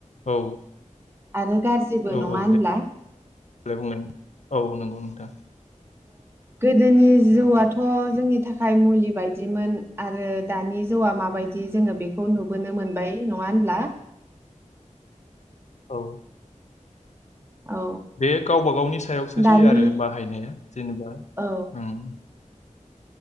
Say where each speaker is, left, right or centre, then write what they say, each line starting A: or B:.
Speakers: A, on the left; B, on the right.
A: औ।
B: आरो गाज्रिबो
A: औ
B: नङा
A: औ
B: होनब्ला।
A: देलाय बुंलाय औ नंगौ नोंथां।
B: गोदोनि जौआथ' जोंनि थाखाय मुलि बायदिमोन आरो दानि जौआ माबायदि जोङो बेखौ नुबोनो मोनबाय नङा होनब्ला।
A: औ
B: औ
A: बे गावबा गावनि सायावसोसैयो
B: दानि
A: आरो बाहायनाया। जेनेबा उम।
B: औ